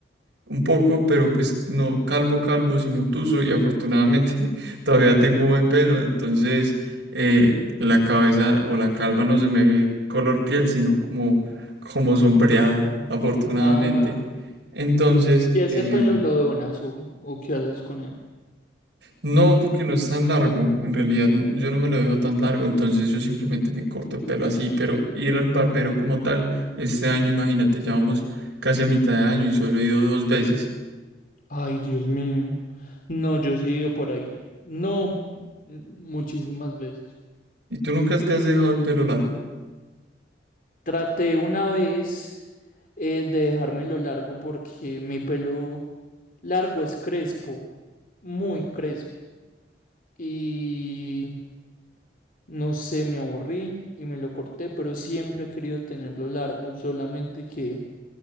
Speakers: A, on the right; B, on the left.
A: un poco, pero pues no calvo calvo, sino tuso y afortunadamente <laughs> todavía tengo buen pelo, entonces eh, la cabeza o la calva no se me ve color piel, sino como, como sombreada, afortunadamente.
B: Ah,
A: Entonces,
B: ¿y ese
A: em,
B: pelo lo donas o, o qué haces con él?
A: no, porque no es tan largo, en realidad n- yo no me lo dejo tan largo, entonces yo simplemente me corto el pelo así, pero ir al barbero como tal, este año, imagínate, ya vamos casi a mitad de año y solo he ido dos veces.
B: Ay, Dios mío. No, yo sí he ido por ahí. No, m- muchísimas veces.
A: ¿Y tú nunca te has dejado el pelo largo?
B: Traté una vez eh, de dejármelo largo porque mi pelo largo es crespo, muy crespo. y no sé, me aburrí y me lo corté, pero siempre he querido tenerlo largo, solamente que